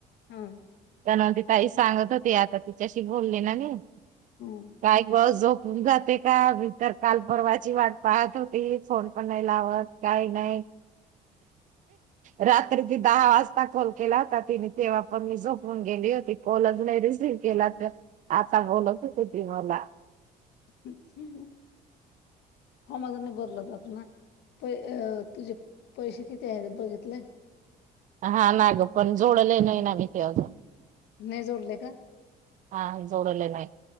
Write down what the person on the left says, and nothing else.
हा
ह
<unintelligible> जात ना. प तुझे पैसे किती आहे बघितले?
नाही जोडले का?